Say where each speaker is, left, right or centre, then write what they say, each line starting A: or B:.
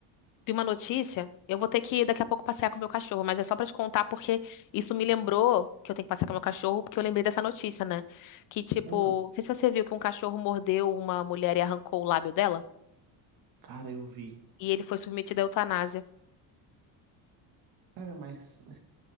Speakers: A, on the left; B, on the right.
A: vi uma notícia. Eu vou ter que daqui a pouco passear com o meu cachorro, mas é só pra te contar porque isso me lembrou que eu tenho que passear com o meu cachorro, porque eu lembrei dessa notícia, né? Que tipo,
B: ah,
A: não sei se você viu que um cachorro mordeu uma mulher e arrancou o lábio dela,
B: cara, eu vi.
A: e ele foi submetido à eutanásia.
B: Cara, mas,